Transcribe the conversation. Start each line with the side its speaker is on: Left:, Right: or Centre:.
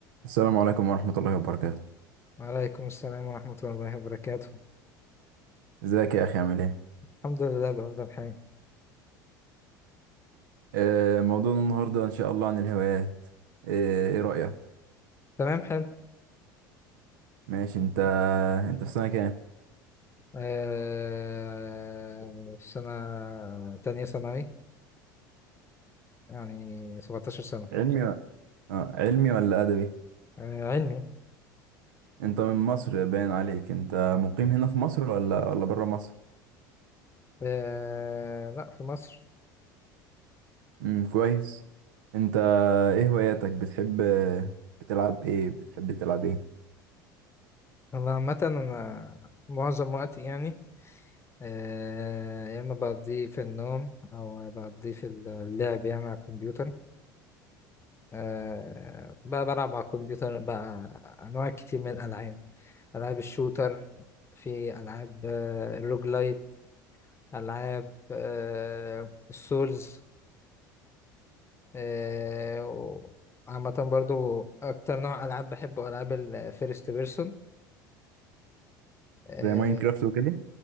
Right: السلام عليكم ورحمة الله وبركاته
Left: وعليكم السلام ورحمة الله وبركاته
Right: ازيك يا أخي عامل ايه؟
Left: الحمد لله بأفضل حال
Right: آه، موضوعنا النهاردة إن شاء الله عن الهوايات آه، ايه رأيك؟
Left: تمام حلو
Right: ماشي انت انت في سنة كام؟
Left: آه سنة تانية ثانوي يعني 17 سنة
Right: علمي و... آه. علمي ولا أدبي؟
Left: آه علمي
Right: انت من مصر باين عليك انت مقيم هنا في مصر ولا ولا برا مصر؟
Left: آه لا في مصر
Right: امم كويس انت ايه هواياتك؟ بتحب بتلعب ايه؟ بتحب تلعب ايه؟
Left: أنا عامة أنا معظم وقتي يعني آه يا إما بقضيه في النوم أو بقضيه في اللعب يعني على الكمبيوتر آه بقى بلعب على الكمبيوتر بقى أنواع كتير من الألعاب ألعاب الشوتر في ألعاب آه، الروج لايت ألعاب آه، السولز آه، و- عامة برضو أكتر نوع ألعاب بحبه ألعاب الفيرست بيرسون اه
Right: زي ماينكرافت وكده؟